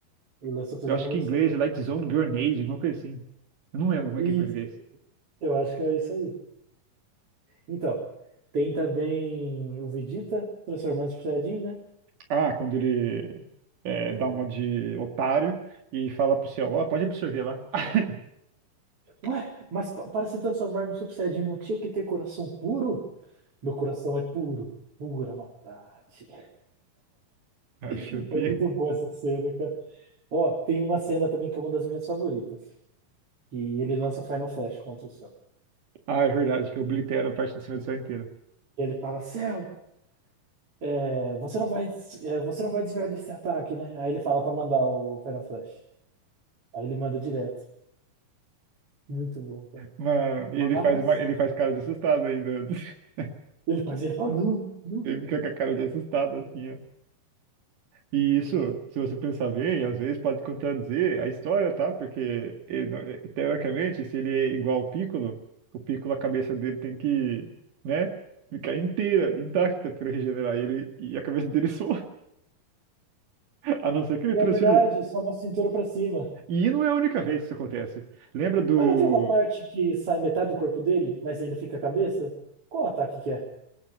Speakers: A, on the right; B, on the right.
A: e lança tudo
B: Eu
A: de
B: acho
A: uma vez
B: que em inglês
A: só.
B: é Light Zone Grenade, alguma coisa assim. Eu não lembro como
A: Isso,
B: é que é em português.
A: eu acho que é isso aí. Então, tem também o Vegeta transformando o Super Saiyajin, né?
B: Ah, quando ele é,
A: É,
B: dá uma de otário e fala pro céu, ó, pode absorver lá. <laughs>
A: Ué, mas pa- para se transformar no Super Saiyajin não tinha que ter coração puro? Meu coração é puro, pura maldade.
B: Ah,
A: <laughs>
B: chutei.
A: Foi muito boa essa cena, cara. Ó, tem uma cena também que é uma das minhas favoritas. E ele lança o Final Flash contra o Cell.
B: Ah, é verdade, que eu oblitero a parte de cima do céu inteira.
A: E ele fala, Cell, é, você não vai, des- é, você não vai desviar desse ataque, né? Aí ele fala pra mandar o Final Flash. Aí ele manda direto. Muito bom, cara.
B: Mano,
A: Mas
B: e ele faz, uma- ele faz cara de assustado ainda. <laughs>
A: ele faz, ele fala, não, não.
B: Ele fica com a cara de assustado, assim, ó. E isso,
A: Muito bom.
B: se você pensar bem, às vezes pode contradizer a história, tá? Porque, ele não- eh, teoricamente, se ele é igual ao Piccolo, o Piccolo, a cabeça dele tem que, né? Ficar inteira, intacta para regenerar ele e a cabeça dele só, <laughs> a não ser que ele transfira.
A: É verdade, só uma cintura pra cima.
B: E não é a única vez que isso acontece. Lembra do.
A: Mas não tem uma parte que sai metade do corpo dele, mas ainda fica a cabeça? Qual ataque que é?